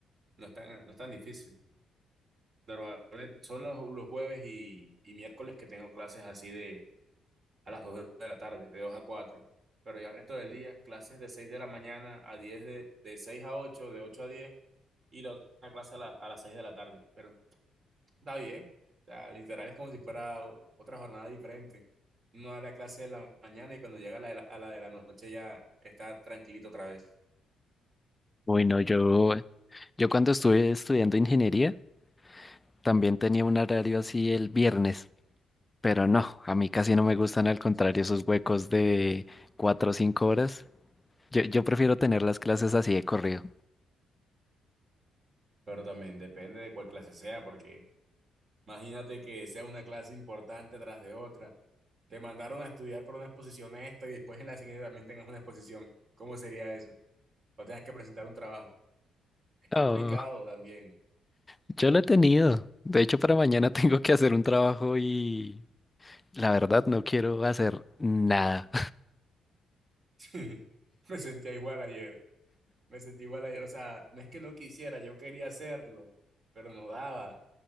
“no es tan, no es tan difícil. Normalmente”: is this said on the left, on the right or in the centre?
Right